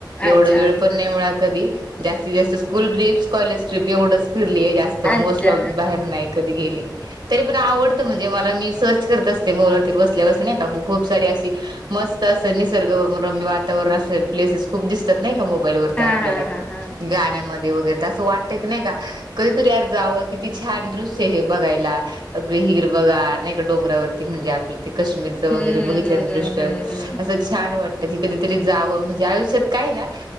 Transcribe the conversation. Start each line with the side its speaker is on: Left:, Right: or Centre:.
Right: एवढं
Left: अच्छा
Right: वेळ पण नाही मिळा कधी जास्तीत जास्त स्कूल ट्रिप्स कॉलेज ट्रीप एवढंच फिरली आहे जास्त त
Left: अच्छा
Right: मोस्ट ऑफ बाहेर नाही कधी गेली. तरी पण आवडतं म्हणजे मला मी सर्च करत असते मोबाईलवर बसल्या बस नाही का ब खूप सारी अशी मस्त असत निसर्ग रम्य वातावरण असणार प्लेसेस खूप दिसतात नाही का मोबाईलवर. त्या
Left: हां
Right: आपल्याला,
Left: हां हां हां.
Right: गाण्यामध्ये <unintelligible> असं वाटत नाही का कधीतरी जावं किती छान आहे बघायला. अगदी हिरव गार नाही का डोंगरावरती म्हणजे आपलं ते कश्मीरीचं
Left: हं,
Right: वगैरे बघितल्या
Left: हं, हं,
Right: दृश्य
Left: हं, हं,
Right: असं छान वाटतं की कधीतरी जावं म्हणजे आयुष्यात काय ना